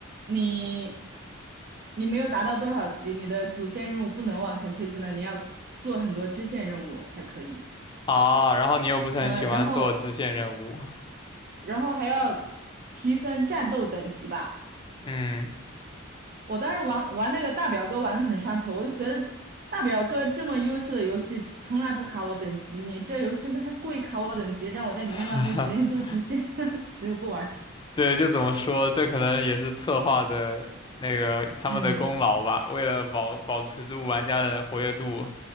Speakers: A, on the right (about 45°); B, on the left (about 25°).
A: 你你没有达到多少级，你的主线任务不能往前推进的，你要做很多支线任务才可以。
B: 啊，然后你又不是很喜欢做支线任务，
A: 嗯，然后然后还要提升战斗等级吧。
B: 嗯，
A: 我当时玩玩那个大表哥玩的很上头，我就觉得大表哥这么优秀的游戏从来不卡我等级，你这游戏还故意卡我等级，让我在里面浪费时间做支线，
B: <laughs>
A: <laughs> 所以我不玩儿
B: 对，就怎么说，这可能也是策划的那个他们的功劳吧。
A: 嗯
B: 为了保保持住玩家的活跃度，